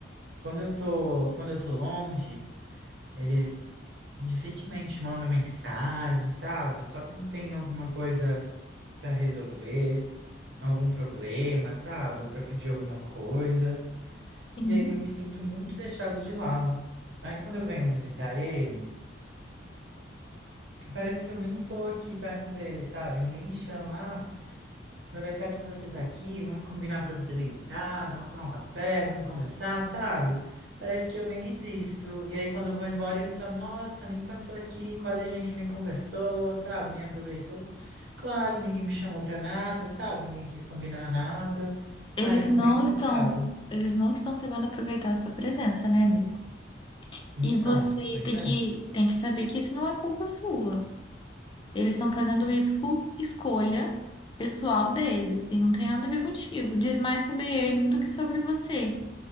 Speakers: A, on the right; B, on the left.
A: Quando eu tô, quando eu tô longe. Eles dificilmente mandam mensagem, sabe? Só quando tem alguma coisa para resolver, algum problema, sabe? Ou para pedir alguma coisa.
B: Sim.
A: E aí eu me sinto muito deixado de lado. Aí quando eu venho visitar eles, parece que eu nem tô aqui perto deles, sabe? Ninguém me chama, "Ah, Aproveitar que você tá aqui, vamos combinar pra você vir aqui em casa, vamos tomar um café, vamos conversar, sabe? Parece que eu nem existo. E aí, quando eu vou embora, eles falam: Nossa, nem passou aqui, quase a gente nem conversou, sabe? Nem aproveitou. Claro, ninguém me chamou pra nada, sabe? Ninguém quis combinar nada.
B: Eles
A: Ai, eu fico
B: não
A: bem chateado.
B: estão, eles não estão sabendo aproveitar a sua presença, né, amigo?
A: Então,
B: E você
A: pois
B: tem
A: é.
B: que, tem que saber que isso não é culpa sua. Eles estão fazendo isso por escolha pessoal deles e não tem nada a ver contigo. Diz mais sobre eles do que sobre você.